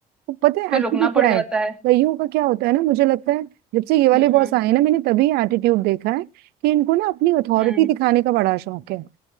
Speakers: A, on the right (about 75°); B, in the centre.
A: तो पता है
B: फिर
A: एक्चुअली
B: रुकना
A: क्या
B: पड़ जाता
A: है
B: है
A: कईयों का क्या होता है ना मुझे लगता है जब से ये वाले
B: हम्म
A: बॉस आए ना मैंने तभी एटीट्यूड देखा है कि इनको ना अपनी अथॉरिटी
B: हम्म
A: दिखाने का बड़ा शौक है